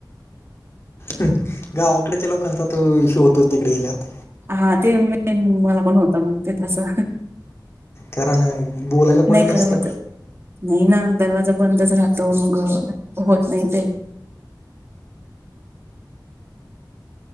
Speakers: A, on the left (about 35°); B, on the right (about 35°).
A: हू गावाकडच्या लोकांचा तो इशु होतोच तिकड गेलयावर
B: हा ते मेन मला पण होतं मग ते तसं
A: कारण बोलायला कोणी
B: नाही
A: नसतं
B: करमत नाही ना दरवाजा बंदच राहतो मग होत नाही ते